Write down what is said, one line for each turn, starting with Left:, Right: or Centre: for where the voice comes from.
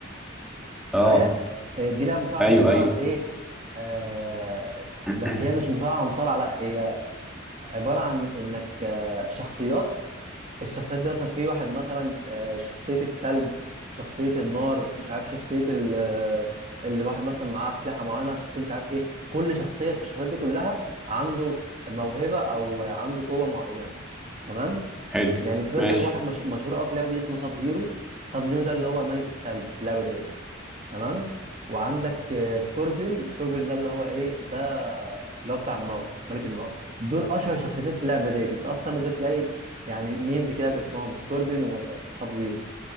Centre: اه
Right: معايا آه دي لعبه مصارعه
Centre: ايوه
Right: دي عباره
Centre: ايوه
Right: عن ايه آه
Centre: <clears throat>
Right: بس هي مش مصارعه مصارعه لا هي عباره عن انك آه شخصيات الشخصيات دي مثلا في واحد مثلا آه، شخصية التلج شخصية النار مش عارف شخصية ال- آه، اللي واحد مثلا معاه أسلحة معينة شخصية مش عارف إيه كل شخصية في الشخصيات دي كلها عنده موهبة أو عنده قوة معينة تمام
Centre: حلو
Right: يعني في مثلا
Centre: ماشي
Right: واحد مشهور مشهور قوي في اللعبة دي اسمه ساب زيرو ساب زيرو ده اللي هو ملك التلج في اللعبة دي تمام وعندك آه، سكوربيون سكوربيون ده اللي هو ايه ده اللي هو بتاع النار ملك النار دول اشهر شخصيتين في اللعبه ديت انت اصلا ممكن تلاقي يعني ميمز كده باسمهم سكوربيون وساب زيرو